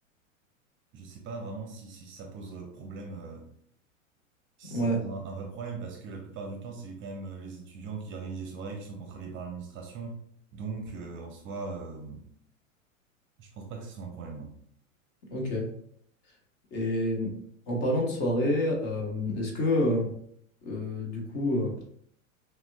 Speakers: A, on the right; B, on the left.
A: je sais pas vraiment si, si ça pose euh, problème, euh, si
B: Ouais,
A: ça pose un, un vrai problème, parce que la plupart du temps, c'est quand même euh, les étudiants qui organisent les soirées qui sont contrôlés par l'administration. Donc, euh, en soi, euh, je pense pas que ce soit un problème. non.
B: ok. Et en parlant de soirée, euh, est-ce que, euh, euh, du coup, euh,